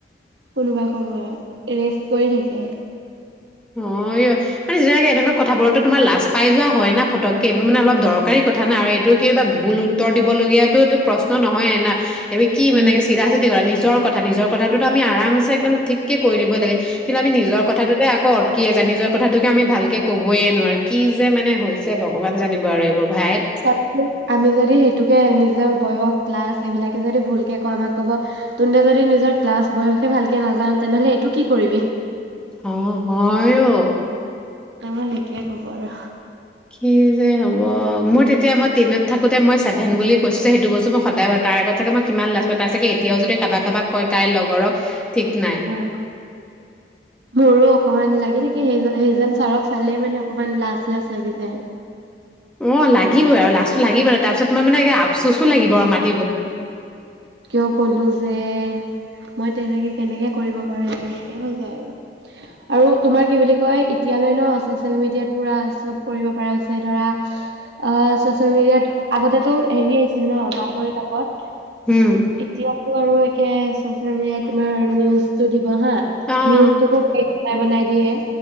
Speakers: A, on the right (about 70°); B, in the centre.
A: কোনোবা সময়ত ৰেষ্ট কৰি থাকে।
B: অহ ' মানে যেতিয়াকে এনেকুৱা কথাবোৰততো তোমাৰ লাজ পাই যোৱা হয় না ফটককে এইবোৰ মানে অলপ দৰকাৰী কথা না আৰু এইটো কিবা ভুল উত্তৰ দিবলগীয়াটোটো প্ৰশ্ন নহয়না। এইটো কি
A: উম,
B: মানে চিধা চিধি কথা নিজ নিজৰ কথা-নিজৰ কথাটো আমি আৰামচে একদম ঠিক কয় দিব লাগে। কিন্তু আমি নিজৰ কথাটোতে কত কি আছে নিজৰ কথাটোকে আমি ভালকে কবয়ে নোৱাৰো কি যে মানে হৈছে ভগৱান জানিব আৰু এইবোৰ। ভাই
A: <unintelligible> আমি যদি সেইটোকে নিজৰ বয়স। ক্লাছ এইবিলাকে যদি ভুলকে কও আমাক কব তোনতে যদি নিজৰ ক্লাছ বয়সে ভালকৈ নাযানা তেনেহলে এইটো কি কৰিবি।
B: অহ' হয় অহ
A: আমাক সেইটোযৱে কব আৰু।
B: কিযে হব মোৰ তেতিয়া মই টেনত থাকোতে মই ছেভেন বুলি কৈছো যে সেইটো বস্তু মই সদায় তাৰ আগত চাগে মই কিমান লাজ পাইছো, তাই চাগে এতিয়াও যদি ক কাবাক কাবাক কয় তাই লগৰক। ঠিক নাই
A: অহ' মোৰো। অকমান লাগি থাকে সেই সেইজন ছাৰক চালেই মানে অকণমান লাজ-লাজ লাগি যায়।
B: অহ' লাগিবই আৰু লাজটো লাগিব তাৰপিছত তোমাৰ মানে আফচুচ লাগিব আৰু মাত
A: কিয় কলো যে। মই তেনেকে কেনেকে কৰিব পাৰো এনেকে তেনেকে হৈ যায় আৰু আৰু তোমাৰ কি বুলি কয় এতিয়ালৈ ন চচিয়েল মিডিয়াত পুৰা চব কৰিব পৰা হৈছে ধৰা অহ চচিয়েল মিডিয়াত আগতেতো হেৰি আহিছিল ন বাতৰি কাকত।
B: উম
A: এতিয়াতো আৰু কে চচিয়াল মিডিয়আত তোমাৰ নিউজটো দিব হা
B: অঁ
A: নিউজটোকো বনাই-বনাই দিয়ে।